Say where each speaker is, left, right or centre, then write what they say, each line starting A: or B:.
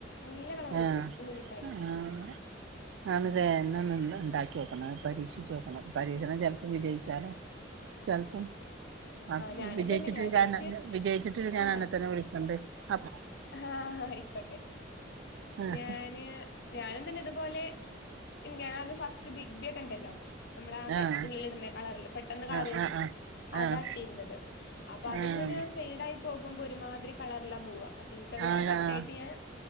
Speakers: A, on the left; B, on the right.
A: നല്ല കളർ
B: ആഹ്
A: കിട്ടും ഉള്ളിലിട്ടാലും
B: ആഹ് ആണ്
A: ഉം
B: ലെ ന്നാ ന്നൊന്ന് ണ്ടാക്കി ക്കിയോക്കണം. പരീക്ഷിച്ചോക്കണം പരീക്ഷണം ചെൽപ്പോ വിജയിച്ചാലോ ചെൽപ്പം ആഹ്
A: ഞാനും
B: വിജയിച്ചിട്ട്
A: തന്നെ ഞാൻ ജസ്റ്റ്
B: ഞാൻന്നെ വിജയിച്ചിട്ട് ഞാന്
A: ആഹ്
B: അന്നെ തന്നെ വിളിക്കണ്ട്. അപ്
A: ആഹ് അയിക്കോട്ടെ
B: ആഹ്
A: ഞാന് ഞാനെന്നെന്നെ ഇതുപോലെ ഞാനത് ഫസ്റ്റ് ബിഗ് ബി ഒക്കെ ഇണ്ടല്ലോ നമ്മള ആ കൈ
B: ആഹ്
A: ഉള്ളിലിടുന്ന കളറ് ല്ലെ പെട്ടെന്ന് കളർ
B: ആഹ്
A: വരുന്നേ
B: ആഹ്
A: അതാ
B: ആഹ്
A: ഇട്ടീരുന്നത്. അപ്പൊ അത്
B: ആഹ് ആഹ്
A: ങ്ങനെ ഫെയ്ഡ് ആയി പോകുമ്പോ ഒരുമാതിരി കളർലാ പോവാ ഇൻക്കത്
B: ആഹ്
A: ഇങ്ങനെ പറ്റായിട്ട്
B: ആഹ്
A: ഞാൻ